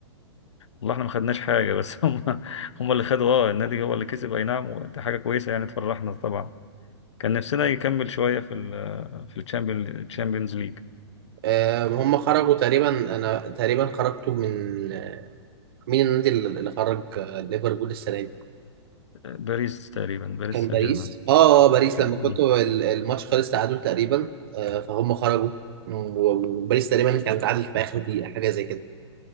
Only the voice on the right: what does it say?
آه، هم خرجوا تقريبا انا تقريبا خرجتوا من آه، مين النادي اللي اللي خرج آه، ليفربول السنة دي؟
كان
باريس
اه اه باريس
لما كنت ال- الماتش خلص تعادل تقريبا آه، فهم خرجوا و- وباريس تقريبا كانت تعادل في اخر دقيقه حاجه زي كده